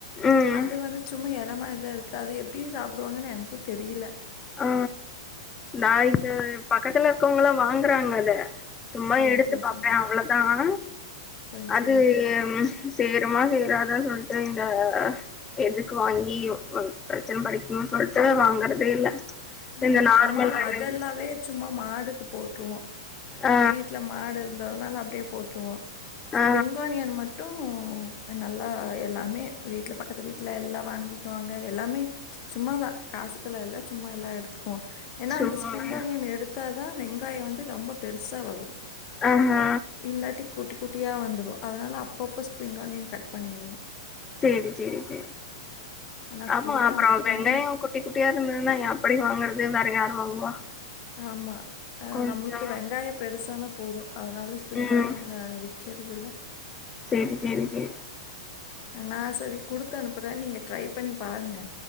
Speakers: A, on the left (about 15°); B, on the left (about 45°).
A: ம்.
B: அது வந்து ஆ இளமா தா இருக்கு அத எப்டி சாப்டுவாங்கன்னு எனக்கு தெரில
A: ஆ நா இங்க பக்கத்துல இருக்கவங்களா வாங்கறாங்க அத சும்மா
B: ஓ!
A: எடுத்து
B: சரி,
A: பாப்ப
B: சரி.
A: அவ்ளோதா ஆ
B: சரி,
A: அது
B: சரி.
A: சேருமா சேராதா சொல்டேங்க எதுக்கு வாங்கி ஒ பிரச்சன படிக்கனுன் சொல்ட்டு வாங்கறதே இல்ல
B: ம்
A: இந்த நார்மல்
B: ஆமா
A: வெங்காயம்
B: அதெல்லாவே சும்மா மாடுக்கு போட்ருவோ
A: ஆ,
B: வீட்ல மாடு இருந்ததுனால அப்டியே போட்ருவோ ஸ்பிரிங்
A: ஆ
B: ஆனியன் மட்டு ப்ப நல்லா எல்லாமே வீட்ல பக்கத்து வீட்ல எல்லா வாங்கிக்குவாங்க எல்லாமே சும்மாதா காசுக்கெல்லா இல்ல சும்மா எல்லா எடுத்துக்குவோ ஏன்னா
A: சும்மாவே
B: அந்த ஸ்பிரிங் ஆனியன் எடுத்தாதா வெங்காய வந்து ரொம்ப பெருசா வரு
A: ஆ ஹா
B: இல்லாட்டி குட்டி குட்டியா வந்ரு அதனால அப்பப்போ ஸ்பிரிங்கானியன் கட் பண்ணிருனு
A: சேரி சேரி சேரி
B: நான்
A: ஆமா
B: குடுத்து
A: அப்பறோ
B: அனுப்புறேன்.
A: வெங்காயோங் கூ குட்டி குட்டியா இருந்ததுன்னா எப்டி வாங்குறது வேற யார் வாங்குவா
B: ஆமா ஆ
A: கொஞ்சம்
B: நம்மளுக்கு வெங்காயம் பெருசானா போதும் அதனால ஸ்ப்ரிங்
A: ம்
B: ஆனியன் அ கெடுதுல்ல
A: சேரி செரி செரி
B: அ நா சரி குடுத்தனுப்புற நீங்க ட்ரை பண்ணி பாருங்க